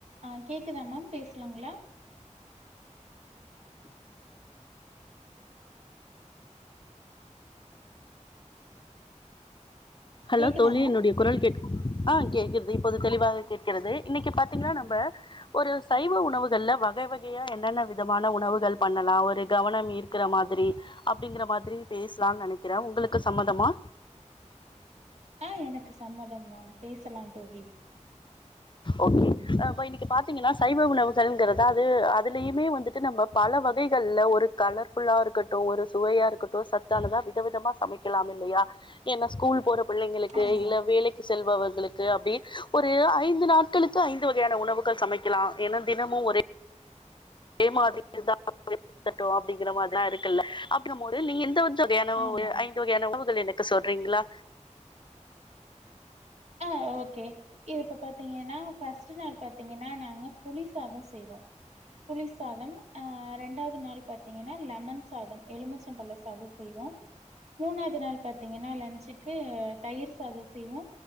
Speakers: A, on the right; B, on the left.
A: ஆ கேக்குதா ma'am பேஸ்லாங்ளா <inaudible>
B: hello
A: கேக்குதா
B: தோழி
A: மேம்
B: என்னுடய குரல் கேட்க் ஆ கேக்கிற்து இப்போது தெளிவாக கேட்கிறது இன்னைக்கு பாத்தீங்ன்னா நம்ப ஒரு சைவ உணவுகள்ல வக வகயா என்னென்ன விதமான உணவுகள் பண்ணலா ஒரு கவனம் ஈர் க்கிற மாதிரி அப்டிங்கிற மாதிரி பேசஸ்லான் நெனைக்கிறே உங்களுக்கு சம்மதமா
A: ஆ எனக்கு சம்மதமாம் பேசலா தோழி
B: ஓகே அ ப இப்ப இன்னிக்கி பாத்தீங்கனா சைவ உணவுகள்ங்கறது அது அதுலியுமே வந்துட்டு நம்ம பல வகைகள்ல ஒரு கலர்ஃபுல்லா இருக்கட்டு ஒரு சுவையா இருக்கட்டு சத்தானதா விதவிதமா சமை க்கிலாம் இல்லயா ஏனா ஸ்கூல் போற பிள்ளைங்களுக்கு
A: ஆமா
B: இல்ல வேலைக்கு செல்பவர்களுக்கு அப்டி ஒரு ஐந்து நாட் களுக்கு ஐந்து வகையான உணவுகள் சமைக்கலா ஏனா தினமு ஒரே அதே மாரி <unintelligible> அப்டிங்கிற மாரிதா இருக்குல்ல அப்டிங்கமோது நீங்க எந்த வ
A: ஆமா
B: ஐந்து வகையான உணவுகள் எனக்கு சொல்றீங்ளா
A: ஆ ஓகே இது இப்போ பாத்தீங்கனா ஃபஸ்ட்டு நாள் பாத்திங்கனா நாங்க புளி சாதோ செய்வோ புளி சாதம் ஆ ரெண்டாது நாளு பாத்தீங்கனா லெமன் சாதம் எலுமிச்சபழ சாதோ செய்வோ மூனாவ்து நாள் பாத்தீங்கனா லஞ்சுக்கு தயிர் சாதோ செய்வோ